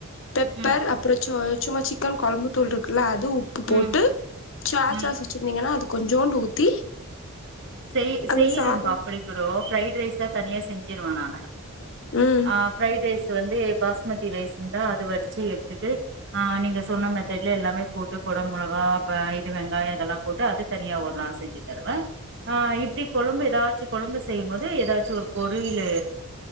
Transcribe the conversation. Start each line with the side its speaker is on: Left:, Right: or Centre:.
Left: பெப்பர்
Right: ம்,
Left: அப்பறோ சோய் சும்மா சிக்கன் கொழம்பு தூள் இருக்குல்ல அது உப்பு
Right: ம்,
Left: போட்டு சா
Right: ம்.
Left: சாஸ் வச்சிருந்தீங்கன்னா அதுக் கொஞ்சோண்டு ஊத்தி
Right: செய்
Left: அந்த
Right: செய்றேம்பா
Left: சாதம்
Right: அப்டி கூட ஃப்ரைட் ரைஸா தனியா செஞ்சிருவே நானு
Left: ம்
Right: ஆ ஃப்ரைடு ரைஸ் இது வந்து பாஸ்மதி ரைஸ் இருந்தா அத வடிச்சி எடுத்துட்டு ஆ நீங்க சொன்ன மெத்தட்ல எல்லாமே போட்டு கொட மெளகா இது வெங்காயோ இதெல்லா போட்டு அது தனியா ஒரு நாள் செஞ்சி தருவே ஆ இப்டி கொழம்பு ஏதாச் சி கொழம்பு செய்யும் போது ஏதாச்சு ஒரு பொரியலு